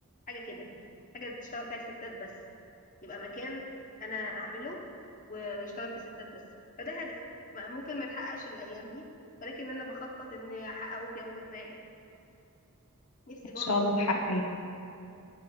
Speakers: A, on the left; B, on the left.
A: حاجه كده حاجه تشتغل فيها الستات بس يبقى مكان انا اعمله و- ويشتغل فيه ستات بس فده هدف ما- ممكن ما يتحققش الايام دي ولكن انا بخطط اني احققه في يوم ما يعني نفسي
B: ان
A: برضو
B: شاء الله تحقق يعني